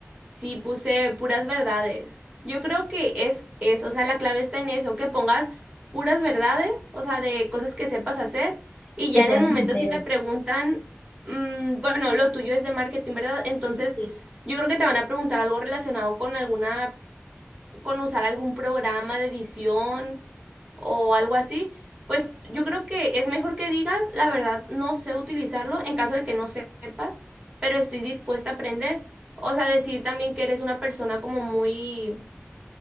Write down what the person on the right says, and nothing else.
sí puse puras verdades. Yo creo que es eso, o sea, la clave está en eso, que pongas puras verdades, o sea, de cosas que sepas hacer, y ya
en el momento
si te preguntan, mm, bueno, lo tuyo es de marketing, ¿verdad? Entonces,
yo creo que te van a preguntar algo relacionado con alguna con usar algún programa de edición o algo así, pues yo creo que es mejor que digas, la verdad, no sé utilizarlo en caso de que no sepas, pero estoy dispuesta a aprender. O sea, decir también que eres una persona como muy...